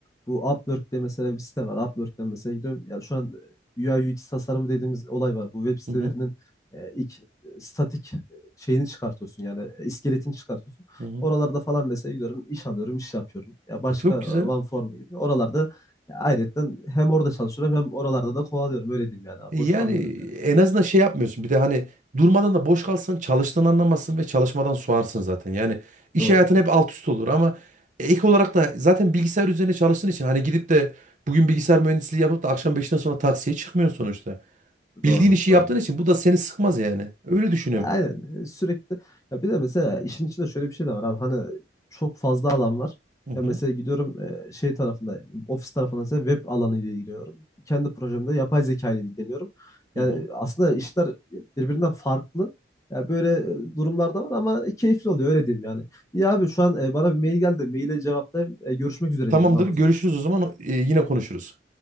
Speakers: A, on the left; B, on the right.
A: bu Upwork diye mesela bir site var. Upwork'ten mesela gidiyorum. Ya şu an e, UI UX tasarımı dediğimiz olay var. Bu web sitelerinin
B: Hı hı,
A: e, ilk e, statik e, şeyini çıkartıyorsun yani e, iskeletini çıkartıyorsun.
B: hı hı.
A: Oralarda falan mesela gidiyorum iş alıyorum iş yapıyorum. Ya başka
B: E, çok
A: e,
B: güzel.
A: OneForm gibi oralarda e, ayrıyetten hem orada çalışıyorum hem oralarda da kovalıyorum öyle diyeyim yani abi.
B: Yani
A: Boş kalmıyorum yani.
B: en azından şey yapmıyorsun. Bir de hani durmadan da boş kalsan çalıştığını anlamazsın ve çalışmadan soğarsın zaten. Yani iş
A: Doğru.
B: hayatın hep alt üst olur ama e, ek olarak da zaten bilgisayar üzerine çalıştığın için hani gidip de bugün bilgisayar mühendisliği yapıp da akşam beşten sonra taksiye çıkmıyorsun sonuçta. Bildiğin
A: Doğru,
B: işi
A: doğru.
B: yaptığın için bu da seni sıkmaz yani. Öyle düşünüyorum.
A: Ya aynen e, sürekli ya bir de mesela işin içinde şöyle bir şey de var abi hani çok fazla alan var.
B: Hı hı,
A: Ya mesela gidiyorum e, şey tarafında ofis tarafında mesela web alanı ile ilgileniyorum. Kendi projemde yapay zeka ile ilgileniyorum.
B: hı
A: Yani
B: hı.
A: aslında işler birbirinden farklı. Ya böyle e, durumlar da var ama keyifli oluyor öyle diyeyim yani. Ya abi şu an e, bana bir mail geldi. Maile cevaplayayım. E, görüşmek üzere
B: Tamamdır.
A: diyelim abi
B: Görüşürüz
A: o zaman.
B: o zaman. Ee, yine konuşuruz.